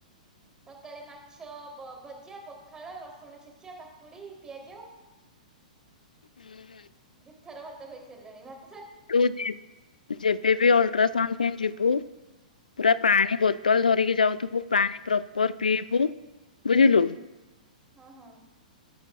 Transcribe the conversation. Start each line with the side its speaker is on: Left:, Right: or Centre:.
Right: ସକାଳେ ମାଛ ପ ଭଜା ପଖାଳ ରସୁଣ ଛେଚା କାକୁଡି ପିଆଜ
Left: ଖାଇନ।
Right: ଦି ଥର ଭାତ ଖାଇସାରିଲେଣି ମାପ
Left: ଟୁଚି ଯେବେ ବି ଅଲଟ୍ରାସାଉଣ୍ଡ ପାଇଁ ଯିବୁ ପୁରା ପାଣି ବୋତଲ ଧରିକି ଯାଉଥିବୁ ପାଣି ପ୍ରପର ପିଇବୁ ବୁଝିଲୁ?
Right: ହଁ ହଁ।